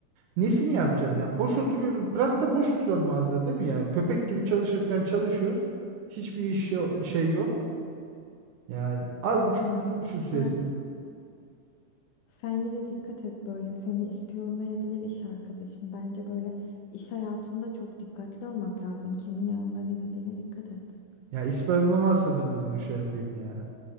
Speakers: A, on the right; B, on the left.
A: Nesini yapacağız yani? Boş oturuyorum. Bırak da boş oturalım az da değil mi ya? Köpek gibi çalışırken çalışıyoruz. Hiçbir iş yo- şey yok. Yani az buçuk
B: Ya
A: bulmuşuz
B: sen
A: sesi.
B: sen yine dikkat et böyle seni ispiyonlayabilir iş arkadaşın. Bence böyle iş hayatında çok dikkatli olmak lazım. Kimin yanında ne dediğine dikkat et.
A: Ya ispanlamazsa ben onun şey yapayım ya.